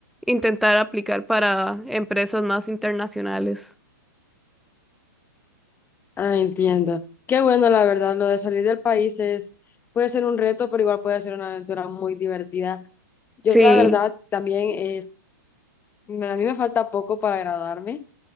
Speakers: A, in the centre; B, on the left (about 15°).
A: intentar aplicar para empresas más internacionales.
B: Ah, entiendo. Qué bueno, la verdad, lo de salir del país es, puede ser un reto, pero igual puede ser una aventura muy divertida. Yo,
A: Sí,
B: la verdad, también, eh, me- a mí me falta poco para graduarme,